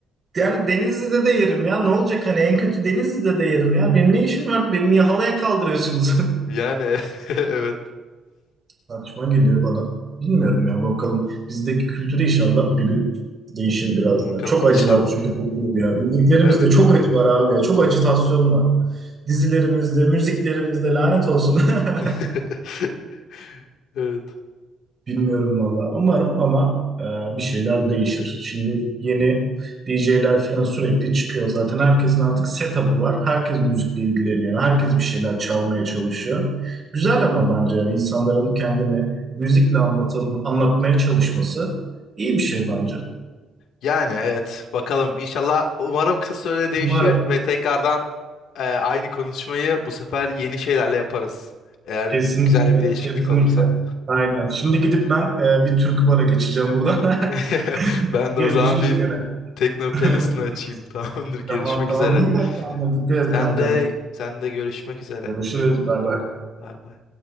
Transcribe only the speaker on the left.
Yani <laughs> evet.
Bakalım
inşallah.
Evet.
<laughs> Evet.
Yani evet bakalım inşallah umarım kısa sürede değişir
ve tekrardan e, aynı konuşmayı bu sefer yeni şeylerle yaparız. Eğer
güzel bir değişiklik
olursa.
<laughs>
Ben de
o zaman bir
tekno
playlistini açayım. <laughs> Tamamdır. Görüşmek
üzere.
Sen
de sen de görüşmek üzere.
Bay bay.